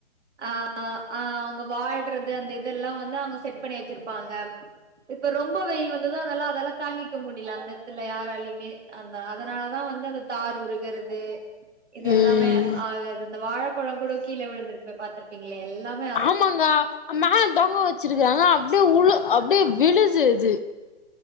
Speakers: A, on the right; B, on the left.
A: ஆ ஆ அவுங்க வாழ்றது அந்த இதெல்லா வந்து அவுங்க செட் பண்ணி வெச்சிருப்பாங்க இப்ப ரொம்ப வெயில் வந்துதா அதெல்லா அதெல்லா தாங்கிக்க முடில அந்த எத்துல யாராலி யிமே அந்த அதனாலதா வந்து அந்த தார் உருகுறது இது
B: ம்
A: எல்லாமே ஆகாது அந்த வாழ பழங்கூட கீழ விழுந்திருக்மே பாத்திருப்பீங்களே எல்லாம்
B: ஆமாங்கா மேல தொங்கா வெச்சிருக்காங்க அப்டியே உழு அப்டியே விழுது அது